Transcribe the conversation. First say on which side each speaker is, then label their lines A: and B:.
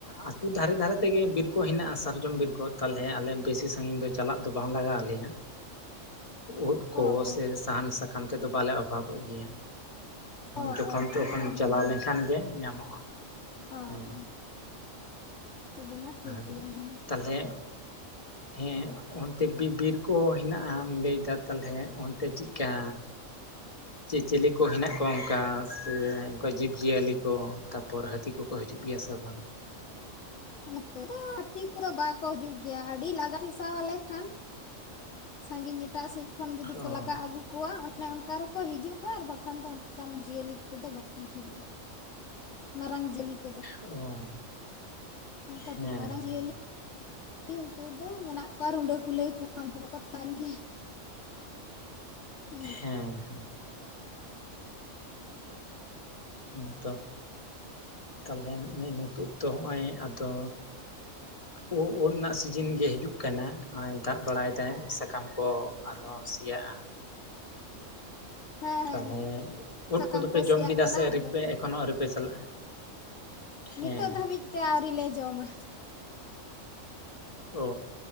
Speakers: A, on the left (about 30°); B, on the left (about 65°).
A: ᱟᱹᱛᱩ ᱫᱷᱟᱨᱮ ᱫᱷᱟᱨᱮ ᱛᱮᱜᱮ ᱵᱤᱨ ᱠᱚ ᱦᱮᱱᱟᱜᱼᱟ ᱾ ᱥᱟᱨᱡᱚᱢ ᱵᱤᱨ ᱠᱚ, ᱛᱟᱦᱚᱞᱮ ᱟᱞᱮ ᱵᱮᱥᱤ ᱥᱟᱺᱜᱤᱧ ᱫᱚ ᱪᱟᱞᱟᱜ ᱫᱚ ᱵᱟᱝ ᱞᱟᱜᱟᱣ ᱞᱮᱭᱟ᱾ ᱳᱫ ᱠᱚ
B: ᱚ
A: ᱥᱮ
B: ᱚ
A: ᱥᱟᱦᱟᱱ ᱥᱟᱠᱟᱢ ᱥᱟᱠᱟᱢ ᱛᱮᱫᱚ ᱵᱟᱞᱮ ᱚᱵᱷᱟᱵᱚᱜ ᱜᱮᱭᱟ᱾
B: ᱚ
A: ᱡᱚᱠᱷᱚᱱ
B: ᱚ ᱛᱟᱦᱚᱞᱮ
A: ᱛᱚᱠᱷᱚᱱ
B: ᱢᱟ
A: ᱪᱟᱞᱟᱣ
B: ᱵᱷᱟᱜᱮ
A: ᱞᱮᱱᱠᱷᱟᱱ ᱜᱮ ᱧᱟᱢᱚᱜᱼᱟ᱾
B: ᱚ
A: ᱦᱮᱸ
B: ᱚ ᱛᱚᱵᱮ ᱢᱟ ᱴᱷᱤᱠ
A: ᱟᱨ,
B: ᱜᱮᱭᱟ ᱦᱮᱸ
A: ᱛᱟᱦᱚᱞᱮ <unintelligible> ᱚᱱᱛᱮ ᱵᱤ-ᱵᱤᱨ ᱠᱚ ᱦᱮᱱᱟᱜ ᱞᱟᱹᱭᱫᱟ ᱛᱟᱦᱞᱮ, ᱚᱱᱛᱮ ᱪᱮᱫᱠᱟ ᱪᱮ ᱪᱤᱞᱤ ᱠᱚ ᱦᱮᱱᱟᱜ ᱠᱚᱣᱟ ᱚᱱᱠᱟ? ᱥᱮ ᱚᱱᱠᱟ ᱡᱤᱵᱽᱼᱡᱤᱭᱟᱹᱞᱤ ᱠᱚ ᱾ᱛᱟ ᱯᱚᱨ ᱦᱟᱹᱛᱤ ᱠᱚᱠᱚ ᱦᱤᱡᱩᱜ ᱜᱮᱭᱟ ᱥᱮ ᱵᱟᱝ?
B: ᱱᱚᱛᱮ ᱫᱚ ᱦᱟᱹᱛᱤ ᱠᱚᱫᱚ ᱵᱟᱠᱚ ᱦᱤᱡᱩᱜ ᱜᱮᱭᱟ᱾ ᱟᱹᱰᱤ ᱞᱟᱜᱟ ᱴᱷᱮᱥᱟ ᱟᱞᱮ ᱠᱷᱟᱱ ᱥᱟᱺᱜᱤᱧ ᱮᱴᱟᱜ ᱥᱮᱡ ᱠᱷᱚᱱ ᱡᱩᱫᱤ ᱠᱚ
A: ᱚ
B: ᱞᱟᱜᱟ ᱟᱹᱜᱩ ᱠᱚ ᱠᱚᱣᱟ᱾ ᱚᱱᱮ ᱚᱱᱠᱟ ᱨᱮᱠᱚ ᱦᱤᱡᱩᱜᱼᱟ ᱟᱨ ᱵᱟᱠᱷᱟᱱ ᱫᱚ ᱚᱱᱠᱟᱱ ᱡᱤᱭᱟᱹᱞᱤ ᱠᱚᱫᱚ ᱵᱟᱠᱚ ᱦᱤᱡᱩᱜᱼᱟ᱾ ᱢᱟᱨᱟᱝ ᱡᱤᱭᱟᱹᱞᱤ ᱠᱚᱫᱚ᱾
A: ᱚ᱾
B: ᱠᱟᱹᱴᱤᱡ
A: ᱦᱮᱸ
B: ᱢᱟᱨᱟᱝ ᱡᱤᱭᱟᱹᱞᱤ ᱩᱱᱠᱩ ᱫᱚ ᱢᱮᱱᱟᱜ ᱠᱚᱣᱟ ᱨᱩᱸᱰᱟᱹ ᱠᱩᱞᱟᱹᱭ ᱠᱚ, ᱩᱱᱠᱩ ᱢᱟᱠᱚ ᱛᱟᱦᱮᱱ ᱜᱮᱭᱟ᱾ <inaudible>
A: ᱦᱮᱸ᱾ ᱦᱮᱸ ᱛᱚ, ᱛᱟᱦᱞᱮ ᱱᱤᱛᱚᱜ ᱫᱚ ᱦᱚᱜᱼᱚᱭ ᱟᱫᱚ
B: <inaudible>
A: ᱳ ᱳᱫ ᱨᱮᱱᱟᱜ ᱥᱤᱡᱤᱱ ᱜᱮ ᱦᱤᱡᱩᱜ ᱠᱟᱱᱟ ᱾ ᱱᱚᱜᱼᱚᱭ ᱫᱟᱜ ᱵᱟᱲᱟᱭ ᱫᱟᱭ ᱥᱟᱠᱟᱢ ᱠᱚ ᱟᱨᱦᱚᱸ ᱥᱮᱭᱟᱜᱼᱟ᱾
B: ᱦᱮᱸ, ᱦᱮᱸ,
A: ᱛᱟᱦᱚᱞᱮ
B: ᱦᱮᱸ
A: ᱳᱫ
B: ᱥᱟᱠᱟᱢ
A: ᱠᱚᱫᱚᱯᱮ
B: ᱠᱚ
A: ᱡᱚᱢ
B: ᱥᱮᱭᱟᱜ
A: ᱠᱮᱫᱟ
B: ᱠᱟᱱᱟ
A: ᱥᱮ ᱟᱹᱣᱨᱤᱯᱮ
B: ᱟᱫᱚ
A: ᱮᱠᱷᱚᱱ ᱦᱚᱸ ᱟᱹᱣᱨᱤᱯᱮ ᱪᱟᱞᱟᱜᱼᱟ? ᱦᱮᱸ
B: ᱱᱤᱛᱳᱜ ᱫᱷᱟᱹᱵᱤᱡ ᱛᱮ ᱟᱹᱣᱨᱤ ᱞᱮ ᱡᱚᱢᱟ᱾
A: ᱚ